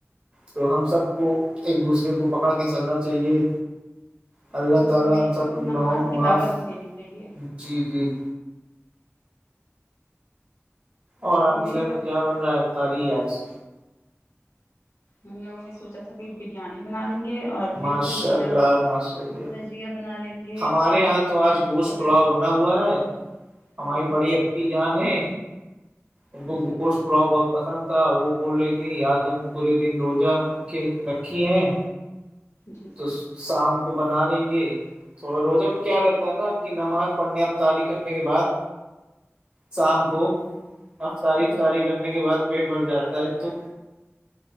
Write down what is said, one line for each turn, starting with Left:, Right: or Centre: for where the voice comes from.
Right: تو ہم سب کو ایک دوسرے کو پکڑ کے چلنا چاہیے <unintelligible>
Left: آپ جی ہمیں یہ تو نماز کی دعوت بھی دینی چاہیے
Right: اور آپ
Left: وہی
Right: کے گھر
Left: سب
Right: میں کیا بن رہا ہے ابطاری آج
Left: ہم لوگوں نے سوچا تھا کہ بریانی بنا لیں گے اور وہی
Right: ماشاء
Left: بھجیا
Right: اللہ ماشاء اللہ
Left: بھجیا بنا لیں گے
Right: ہمارے
Left: اور
Right: یہاں تو
Left: سینڈوچ
Right: آج گوشت
Left: وغیرہ
Right: پلاؤ بنا ہوا ہے ہماری
Left: جی
Right: بڑی اپی جان ہے ان
Left: جی
Right: کو گوشت
Left: جی
Right: پلاؤ بہت پسند تھا وہ بول رہی تھی آج ہم پورے دن روزہ رکھے رکھی ہیں
Left: جی
Right: تو شام کو بنا لیں گے تو روزہ میں کیا رہتا ہے نا کہ نماز پڑھنے اب تاری کرنے کے بعد شام کو افطاری
Left: جی
Right: افتاری کرنے کے بعد پیٹ بھر جاتا ہے تو